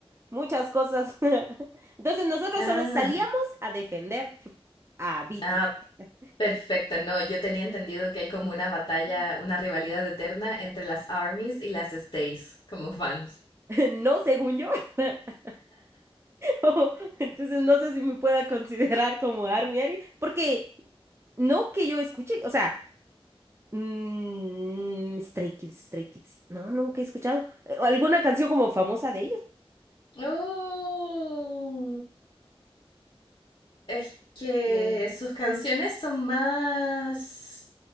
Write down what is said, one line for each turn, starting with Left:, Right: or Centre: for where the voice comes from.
Right: muchas cosas. <laughs> Entonces nosotros
Left: Ah,
Right: solo salíamos a defender a BTS.
Left: ah. Perfecto, no, yo tenía entendido que hay como una batalla,
Right: <laughs>
Left: una rivalidad eterna entre las armies y las stays como fans.
Right: No según yo. <laughs> Oh, Entonces no sé si me pueda considerar como ARMY ARMY, porque no que yo escuche, o sea, mm, Stray Kids, Stray Kids. No, nunca he escuchado. Eh, ¿Alguna canción como famosa de ellos?
Left: Oh, es que
Right: Que-
Left: sus canciones son más,